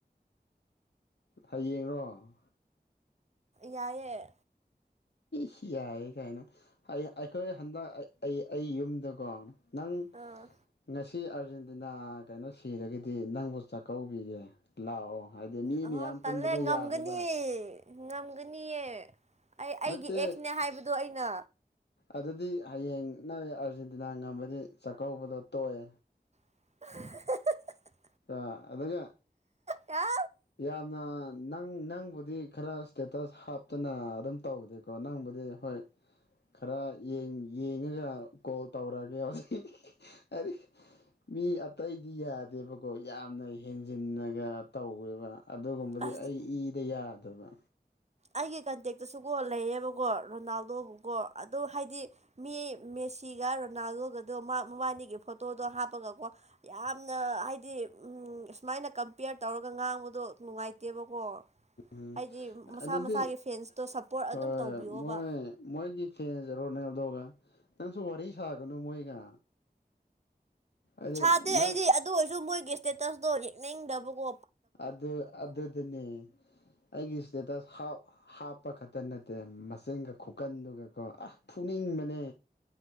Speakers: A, on the left; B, on the right.
A: ꯍꯌꯦꯡꯔꯣ
B: ꯌꯥꯏꯌꯦ
A: ꯁꯤ ꯌꯥꯏ ꯀꯥꯏꯅ ꯑꯩꯈꯣꯏ ꯍꯟꯗꯛ ꯑꯩ ꯑꯩ ꯌꯨꯝꯗꯀꯣ ꯅꯪ
B: ꯑꯥ
A: ꯉꯁꯤ ꯑꯥꯔꯖꯦꯟꯇꯤꯅꯥ ꯀꯩꯅꯣꯁꯤ ꯁꯤꯔꯒꯗꯤ ꯅꯪꯕꯨ ꯆꯥꯛꯀꯧꯕꯤꯒꯦ ꯂꯥꯛꯑꯣ ꯍꯥꯏꯗꯤ ꯃꯤ
B: ꯑꯍ
A: ꯃꯌꯥꯝ ꯄꯨꯟꯕꯗꯣ
B: ꯇꯂꯦ
A: ꯌꯥꯗꯦꯕ
B: ꯉꯝꯒꯅꯤ ꯉꯝꯒꯅꯤꯌꯦ ꯑꯩ ꯑꯩꯒꯤ
A: ꯅꯠꯇꯦ
B: ꯑꯦꯛꯁꯅꯦ ꯍꯥꯏꯕꯗꯣ ꯑꯩꯅ
A: ꯑꯗꯨꯗꯤ ꯍꯌꯦꯡ ꯅꯣꯏ ꯑꯥꯔꯖꯦꯟꯇꯤꯅꯥ ꯉꯝꯔꯗꯤ ꯆꯥꯛꯀꯧꯕꯗꯣ ꯇꯣꯛꯑꯦ
B: <inaudible>
A: ꯑ ꯑꯗꯨꯒ
B: ꯑꯁ
A: ꯌꯥꯝꯅ ꯅꯪ ꯅꯪꯕꯨꯗꯤ ꯈꯔ ꯏꯁꯇꯦꯇꯁ ꯍꯥꯞꯇꯅ ꯑꯗꯨꯝ ꯇꯧꯗꯦꯀꯣ ꯅꯪꯕꯨꯗꯤ ꯍꯣꯏ ꯈꯔ ꯌꯦꯡ ꯌꯦꯡꯉꯒ ꯀꯣꯜ ꯇꯧꯔꯛꯑꯒꯦ ꯍꯧꯖꯤꯛ ꯃꯤ ꯑꯇꯩꯗꯤ ꯌꯥꯗꯦꯕ ꯀꯣ ꯌꯥꯝꯅ ꯍꯦꯟꯖꯤꯟꯅꯒ ꯇꯧꯋꯦꯕ ꯑꯗꯨꯒꯨꯝꯕꯗꯤ
B: ꯑꯁ
A: ꯑꯩ ꯏꯗ ꯌꯥꯗꯕ
B: ꯑꯩꯒꯤ ꯀꯟꯇꯦꯛꯇꯁꯨꯀꯣ ꯂꯩꯌꯦꯕꯀꯣ ꯔꯣꯅꯥꯜꯗꯣꯒꯀꯣ ꯑꯗꯨ ꯍꯥꯏꯗꯤ ꯃꯤ ꯃꯦꯁꯤꯒ ꯔꯣꯅꯥꯜꯒꯣꯒꯗꯣ ꯃꯕꯥꯅꯤꯒꯤ ꯐꯣꯇꯣꯗꯣ ꯍꯥꯞꯄꯒꯀꯣ ꯌꯥꯝꯅ ꯍꯥꯏꯗꯤ ꯎꯝ ꯁꯨꯃꯥꯏꯅ ꯀꯝꯄꯤꯌꯔ ꯇꯧꯔꯒ ꯉꯥꯡꯕꯗꯣ ꯅꯨꯡꯉꯥꯏꯇꯦꯕꯀꯣ
A: ꯎꯝ
B: ꯍꯥꯏꯗꯤ ꯃꯁꯥ
A: ꯑꯗꯨꯗꯤ
B: ꯃꯁꯥꯒꯤ ꯐꯦꯟꯁꯇꯣ ꯁꯞꯄꯣꯔꯠ
A: ꯍꯣꯏ
B: ꯑꯗꯨꯝ ꯇꯧꯕꯤꯌꯣꯕ
A: ꯃꯣꯏ ꯃꯣꯏꯒꯤ ꯐꯦꯟꯁ ꯔꯣꯅꯦꯜꯗꯣꯒ ꯅꯪꯁꯨ ꯋꯥꯔꯤ ꯁꯥꯒꯅꯨ ꯃꯣꯏꯒ ꯑꯗꯨ
B: ꯁꯥꯗꯦ
A: ꯅꯪ
B: ꯑꯩꯗꯤ ꯑꯗꯨ ꯑꯣꯏꯔꯁꯨ ꯃꯣꯏꯒꯤ ꯏꯁꯇꯦꯇꯁꯇꯣ ꯌꯦꯛꯅꯤꯡꯗꯕꯀꯣ
A: ꯑꯗꯨ ꯑꯗꯨꯅꯦ ꯑꯩ ꯏꯁꯇꯦꯇꯁ ꯍꯥꯄ ꯍꯥꯞꯄ ꯈꯛꯇ ꯅꯠꯇꯦ ꯃꯆꯤꯟꯒ ꯈꯨꯀꯟꯗꯨꯒꯀꯣ ꯑꯁ ꯐꯨꯅꯤꯡꯕꯅꯦ